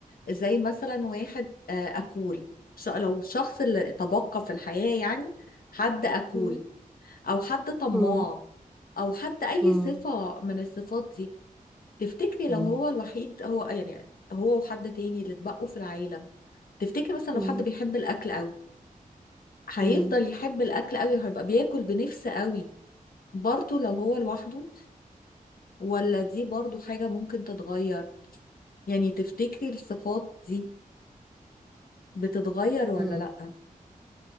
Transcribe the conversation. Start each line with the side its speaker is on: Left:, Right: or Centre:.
Left: زي مثلا واحد آه، اكول ش- لو الشخص اللي تبقى في الحياة يعني حد اكول
Centre: مم.
Left: او حد طماع
Centre: مم.
Left: او حد اي
Centre: مم.
Left: صفة من الصفات دي تفتكري لو
Centre: مم.
Left: هو الوحيد هو يعني هو وحد تاني اللي اتبقوا في العالم تفتكري مثلا لو
Centre: مم.
Left: حد بيحب الاكل قوي هيفضل
Centre: مم.
Left: يحب الاكل قوي هيبقى بياكل بنفسه قوي برضه لو هو لوحده ولا دي برضه حاجة ممكن تتغير يعني تفتكري الصفات دي بتتغير ولا
Centre: مم.
Left: لأ